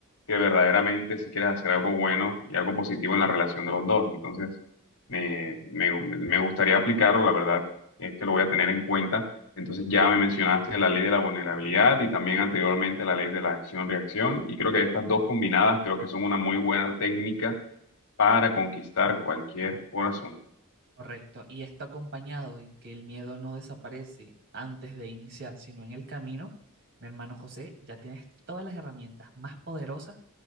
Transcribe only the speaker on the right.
Correcto. Y está acompañado en que el miedo no desaparece antes de iniciar, sino en el camino. Mi hermano José, ya tienes todas las herramientas más poderosas